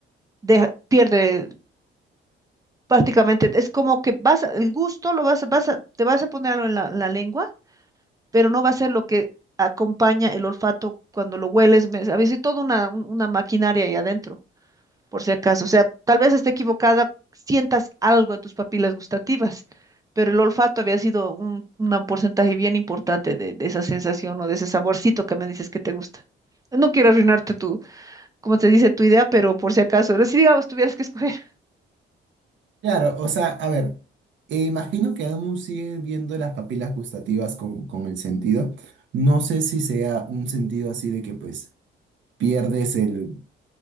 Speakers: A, on the right; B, on the right.
A: deja- pierde prácticamente, es como que vas, a- el gusto lo vas, a- vas a, te vas a poner algo en la, en la lengua, pero no va a ser lo que acompaña el olfato cuando lo hueles, me- había sido toda una, un- una maquinaria ahí adentro por si acaso. O sea, tal vez esté equivocada, sientas algo en tus papilas gustativas, pero el olfato había sido un, un porcentaje bien importante de, de esa sensación o de ese saborcito que me dices que te gusta. No quiero arruinarte tu, como te dice, tu idea, pero por si acaso, pero si digamos tuvieras que escoger. <laughs>
B: claro, o sea, a ver, eh, imagino que aún siguen viendo las papilas gustativas con, con el sentido. No sé si sea un sentido así de que pues pierdes el